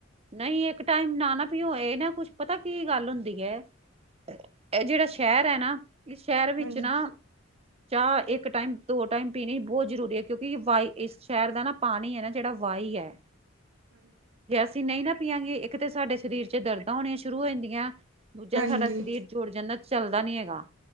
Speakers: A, on the right (about 30°); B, on the right (about 65°).
A: ਨਹੀਂ, ਇੱਕ ਟਾਈਮ ਨਾ, ਨਾ ਨਾ ਪਿਓ। ਇਹ ਨਾ ਕੁਛ ਪਤਾ ਕੀ ਗੱਲ ਹੁੰਦੀ ਹੈ। ਇਹ ਜਿਹੜਾ ਸ਼ਹਿਰ ਹੈ ਨਾ ਇਸ ਸ਼ਹਿਰ ਵਿੱਚ
B: ਹਾਂਜੀ
A: ਨਾ ਚਾਹ ਇੱਕ ਟਾਈਮ ਦੋ ਟਾਈਮ ਪੀਣੀ ਬਹੁਤ ਜ਼ਰੂਰੀ ਏ। ਕਿਉਂਕਿ ਵਾ, ਇਸ ਸ਼ਹਿਰ ਦਾ ਨਾ ਪਾਣੀ ਹੈ ਨਾ ਜਿਹੜਾ ਵਾਂਹੀ ਏ।
B: ਹਾਂਜੀ।
A: ਅਸੀਂ ਨਹੀਂ ਨਾ ਪੀਆਂਗੇ, ਇੱਕ ਤਾਂ ਸਾਡੇ ਸ਼ਰੀਰ ਚ ਦਰਦਾਂ ਹੋਣੀਆਂ ਸ਼ੁਰੂ ਹੋ ਜਾਂਦੀਆਂ ਦੂਜਾ
B: ਹਾਂਜੀ
A: ਸਾਡਾ ਸਰੀਰ ਜੁੜ ਜਾਂਦਾ ਚੱਲਦਾ ਨੀ ਹੈਗਾ।